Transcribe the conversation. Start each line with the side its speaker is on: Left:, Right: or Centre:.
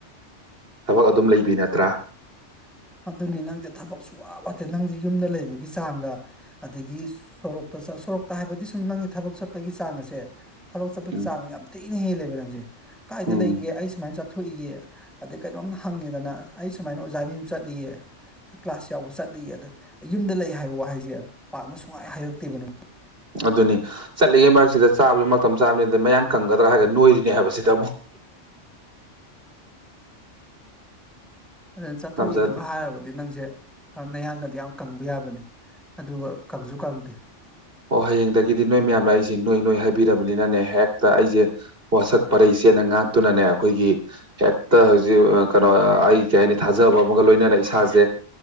Right: ꯊꯕꯛ ꯑꯗꯨꯝ ꯂꯩꯕꯤ ꯅꯠꯇ꯭ꯔꯥ꯫
Centre: ꯑꯗꯨꯅꯤ ꯅꯪꯁꯦ ꯊꯕꯛ ꯁꯨꯛꯋꯥꯠ ꯋꯥꯠꯇꯦ ꯅꯪꯖꯦ ꯌꯨꯝꯗ ꯂꯩꯕꯒꯤ ꯆꯥꯡꯒ꯫ ꯑꯗꯒꯤ ꯁꯣꯔꯣꯛꯇ ꯆ ꯁꯣꯔꯣꯛꯇ ꯍꯥꯏꯕꯗꯤ ꯁꯨꯝ ꯅꯪꯒꯤ ꯊꯕꯛ ꯆꯠꯄꯒꯤ ꯆꯥꯡ ꯑꯁꯦ꯫ ꯊꯕꯛ ꯆꯠꯄꯒꯤ
Right: ꯎꯝ
Centre: ꯆꯥꯡꯅ ꯌꯥꯝ ꯊꯤꯅ ꯍꯦꯜꯂꯦꯕ ꯅꯪꯁꯦ ꯀꯥꯏꯗ
Right: ꯎꯝ
Centre: ꯂꯩꯒꯦ ꯑꯩ ꯁꯨꯃꯥꯏ ꯆꯠ ꯊꯣꯛꯏꯌꯦ ꯑꯗꯩ ꯀꯩꯅꯣꯝ ꯍꯪꯉꯦꯗꯅ ꯑꯩ ꯁꯨꯃꯥꯏꯅ ꯑꯣꯖꯥꯏ ꯃꯌꯨꯝ ꯆꯠꯂꯤꯌꯦ꯫ ꯑꯩ ꯀ꯭ꯂꯥꯁ ꯌꯥꯎꯕ ꯆꯠꯂꯤꯌ‌ꯦ ꯑꯗ ꯌꯨꯝꯗ ꯂꯩ ꯍꯥꯏꯕ ꯋꯥꯍꯩꯁꯦ ꯄꯥꯛꯅ ꯁꯨꯡꯍꯥꯏ ꯍꯥꯏꯔꯛꯇꯦꯕ ꯅꯪ_꯫
Right: ꯑꯗꯨꯅꯤ꯫ ꯆꯠꯂꯤꯉꯩ ꯃꯔꯛꯁꯤꯗ ꯆꯥꯕꯁꯨ ꯃꯇꯝ ꯆꯥꯕ ꯅꯠꯇꯦ ꯃꯌꯥꯡ ꯀꯪꯒꯗ꯭ꯔꯥ ꯍꯥꯏꯔꯒ ꯅꯣꯏꯔꯤꯅꯦ ꯍꯥꯏꯕ ꯁꯤꯗ ꯑꯃꯨꯛ꯫
Centre: ꯑ ꯆꯠꯊꯣꯛꯏꯗꯨꯒ
Right: ꯉꯝꯖꯗꯦ
Centre: ꯍꯥꯏꯔꯨꯔꯗꯤ ꯅꯪꯁꯦ ꯅꯌꯥꯡꯒꯗꯤ ꯌꯥꯝ ꯀꯪꯕ ꯌꯥꯕꯅꯦ꯫ ꯑꯗꯨꯒ ꯀꯪꯖꯨ ꯀꯪꯗꯦ꯫
Right: ꯑꯣ ꯍꯌꯦꯡꯗꯒꯤꯗꯤ ꯅꯣꯏ ꯃꯌꯥꯝꯅ ꯑꯩꯁꯦ ꯅꯣꯏ ꯅꯣꯏ ꯍꯥꯏꯕꯤꯔꯕꯅꯤꯅꯅꯦ ꯍꯦꯛꯇ ꯑꯩꯖ‌ꯦ ꯋꯥꯁꯛ꯫ ꯄꯔꯩ ꯆꯦꯠꯅ ꯉꯥꯛꯇꯨꯅꯅꯦ ꯑꯩꯈꯣꯏꯒꯤ꯫ ꯍꯦꯛꯇ ꯍꯧꯖꯤꯛ ꯀꯩꯅꯣ ꯑꯩ ꯀꯩ ꯍꯥꯏꯅꯤ ꯊꯥꯖꯕ ꯑꯃꯒ ꯂꯣꯏꯅꯅ ꯏꯁꯥꯁꯦ꯫